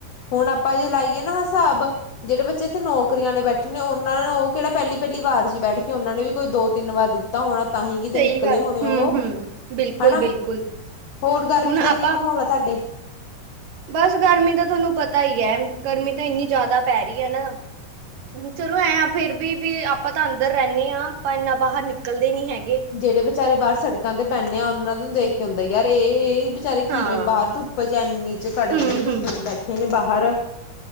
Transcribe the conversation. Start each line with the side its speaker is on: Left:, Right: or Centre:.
Left: ਹੁਣ ਆਪਾਂ ਜੇ ਲਾਈਏ ਨਾ ਹਿਸਾਬ ਜਿਹੜੇ ਬੱਚੇ ਇੱਥੇ ਨੌਕਰੀਆਂ ਲਈ ਬੈਠੇ ਨੇ ਉਹਨਾਂ ਨੇ ਉਹ ਕਿਹੜਾ ਪਹਿਲੀ -ਪਹਿਲੀ ਵਾਰ ਜੀ ਬੈਠ ਕੇ ਉਹਨਾਂ ਨੇ ਵੀ ਕੋਈ ਦੋ ਤਿੰਨ ਵਾਰ ਦਿੱਤੀ ਤਾਂ ਹੋਣਾ ਤਾਂਹੀ ਕਿਤੇ
Right: ਸਹੀ
Left: ਨਿਕਲੇ
Right: ਗੱਲ,
Left: ਹੋਣੇ ਉਹੋ
Right: ਹੂੰ-ਹੂੰ, ਬਿਲਕੁਲ-ਬਿਲਕੁਲ।
Left: ਹਨਾ। ਹੋਰ ਗਰਮੀ
Right: ਹੁਣ
Left: ਦਾ
Right: ਆਪਾਂ
Left: ਕੀ ਮਾਹੌਲ ਆ ਤੁਹਾਡੇ
Right: ਬਸ ਗਰਮੀ ਦਾ ਤੁਹਾਨੂੰ ਪਤਾ ਹੀ ਹੈ ਗਰਮੀ ਤਾਂ ਇੰਨੀ ਜ਼ਿਆਦਾ ਪੈ ਰਹੀ ਹੈ ਨਾ। ਚਲੋ ਐਂ ਆ ਫਿਰ ਵੀ ਵੀ ਆਪਾਂ ਤਾਂ ਅੰਦਰ ਰਹਿੰਦੇ ਹਾਂ ਆਪਾਂ ਇੰਨਾ ਬਾਹਰ ਨਿਕਲਦੇ ਨੀ ਹੈਗੇ।
Left: ਜਿਹੜੇ ਵਿਚਾਰੇ ਬਾਹਰ ਸੜਕਾਂ ਤੇ ਪੈਨੇ ਆ ਉਹਨਾਂ ਨੂੰ ਦੇਖ ਕੇ ਆਉਂਦਾ ਯਾਰ ਇਹ ਵਿਚਾਰੇ ਕਿਵੇਂ
Right: ਹਾਂ
Left: ਬਾਹਰ ਧੁੱਪ 'ਚ ਇੰਨੀ 'ਚ ਕੜਕਦੀ
Right: ਹੂੰ
Left: ਧੁੱਪ
Right: ਹੂੰ
Left: 'ਚ ਬੈਠੇ ਨੇ ਬਾਹਰ